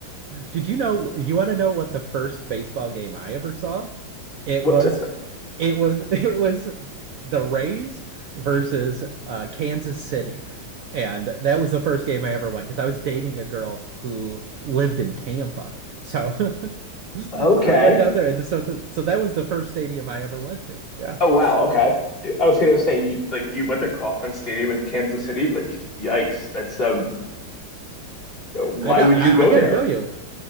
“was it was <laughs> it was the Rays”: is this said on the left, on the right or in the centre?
Right